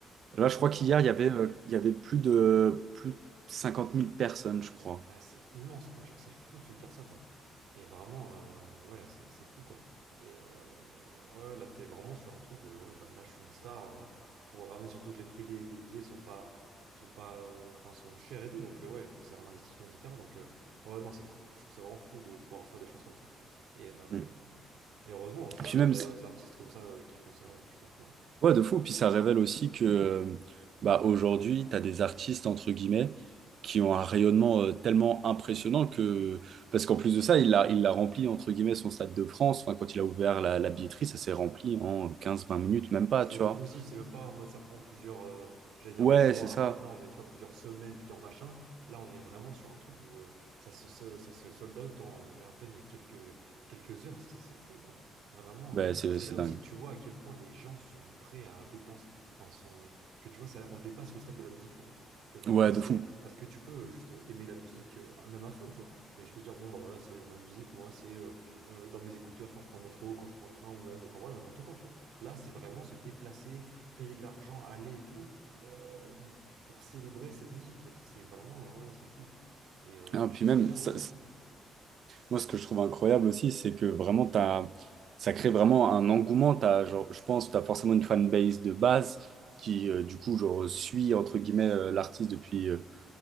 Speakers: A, on the right (about 60°); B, on the right (about 75°).
A: Là,
B: mais
A: je crois qu'hier,
B: euh,
A: il y avait, euh, il y avait plus de, plus de 50 000 personnes, je crois.
B: Bah, c'est immense, quoi. Genre, c'est fou de se dire ça, quoi. Et vraiment, euh, ouais, c'est c'est fou, quoi. Et euh, ouais, ouais, là, t'es vraiment sur un truc de, ouais, bah là, je suis une star. euh, pour ramener surtout que les prix des, des billets sont pas, sont pas, euh, enfin, sont chers et tout. Donc, euh, ouais, faut- c'est un investissement, etc. Donc, euh, ouais, non, c'est fou. Je trouve ça vraiment fou de pouvoir faire des choses comme ça. Et, euh,
A: Mm.
B: et heureusement aussi
A: Puis
B: qu'on
A: même,
B: a d'ailleurs des artistes comme ça, euh, qui font ça. Je trouve ça fou, ouais.
A: Ouais, de fou. Puis ça révèle aussi que bah, aujourd'hui, tu as des artistes, entre guillemets, qui ont un rayonnement euh, tellement impressionnant que. Parce qu'en plus de ça, il a, il a rempli, entre guillemets, son Stade de France. Enfin, quand il a ouvert la, la billetterie, ça s'est rempli en quinze vingt minutes, même pas,
B: C'est
A: tu
B: ça qui
A: vois.
B: est fou aussi, c'est même pas en mode ça prend plusieurs, euh, j'allais dire
A: Ouais,
B: euh, mois,
A: c'est ça.
B: mais non, mais tu vois, plusieurs semaines, plusieurs machins. Là, on est vraiment sur un truc où euh, ça se, se- ça se sold out en euh, à peine quelques, quelques heures, c'est c'est fou quoi. Vraiment,
A: Ouais,
B: euh,
A: c'est
B: c'est
A: c'est
B: là
A: dingue.
B: aussi que tu vois à quel point les gens sont prêts à dépenser, enfin, sont, que tu vois, ça, on dépasse le stade de la musique en fait. Que vraiment,
A: Ouais,
B: c'est
A: de fou.
B: parce que tu peux euh, juste euh, aimer la musique, euh, même à fond, tu vois, mais je te dire, bon, bah voilà, c'est ma musique, moi, c'est euh, euh, dans mes écouteurs quand je prends le métro, quand je prends le train, ou même, enfin voilà, n'importe quand, tu vois. Là, c'est vraiment se déplacer, payer de l'argent, aller et tout, euh, pour célébrer cette musique, en fait. C'est vraiment, ouais, c'est fou. Et, euh,
A: Ah,
B: mais
A: puis
B: je trouve
A: même,
B: ça bien,
A: ça-
B: moi. hein.
A: Moi, ce que je trouve incroyable aussi, c'est que vraiment, t'as, ça crée vraiment un engouement. T'as, genre, je pense que tu as forcément une fanbase de base qui, euh, du coup, genre, suit, entre guillemets, euh, l'artiste depuis euh,